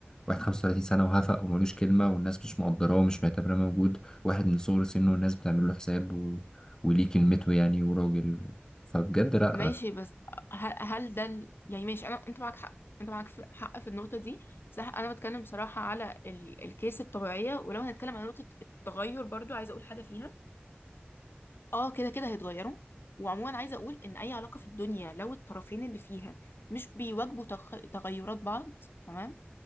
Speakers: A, on the left; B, on the left.
A: واحد 35 سنة وهفق وملوش كلمة والناس مش مقدراه ومش معتبراه موجود واحد من صغر سنه والناس بتعمل له حساب و... وليه كلمته يعني وراجل فبجد لأ
B: ماشي بس هل, هل ده ال... يعني ماشي انا انت معاك حق انت معاك في- حق في النقطه دي صح انا بتكلم بصراحه على ال... الكيس الطبيعيه ولو هنتكلم عن نقطه التغير برضو عايزه اقول حاجه فيها اه كده كده هيتغيروا وعموما عايزه اقول ان اي علاقه في الدنيا لو الطرفين اللي فيها مش بيواجهوا تخ... تغيرات بعض تمام